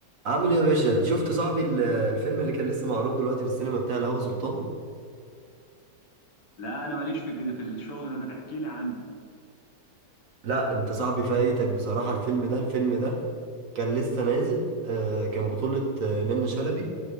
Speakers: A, on the right; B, on the left.
A: عامل ايه يا باشا شفت صاحبي ال- الفيلم اللي كان لسه معروض دلوقتي في السينما بتاع الهوى سلطان
B: لا انا ماليش في الج- في الشغل ده ما تحكي لي عنه
A: لا انت صاحبي فايتك بصراحة الفيلم ده الفيلم ده كان لسه نازل آه، كان بطولة آه، منة شلبي